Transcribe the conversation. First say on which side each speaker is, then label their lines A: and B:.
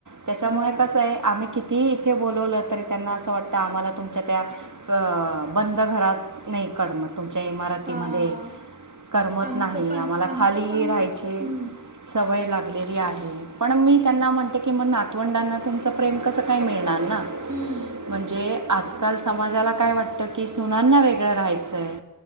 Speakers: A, on the right (about 60°); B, on the right (about 25°).
A: त्याच्यामुळे
B: हां,
A: कसं आहे, आम्ही कितीही इथे बोलवलं तरी त्यांना असं वाटतं आम्हाला तुमच्या त्या बंद घरात नाही करमत तुमच्या इमारतीमध्ये.
B: हां.
A: करमत
B: आमचं
A: नाही
B: पण
A: आम्हाला
B: आमचं
A: खाली
B: पण
A: राहायची
B: हं,
A: सवय. लागलेली आहे, पण मी त्यांना म्हणते की म नातवंडांना तुमचं प्रेम कसं काय मिळ नार ना
B: हं.
A: म्हणजे. आजकाल समाजाला काय वाटतं की, सुनांना वेगळं राहायचंय.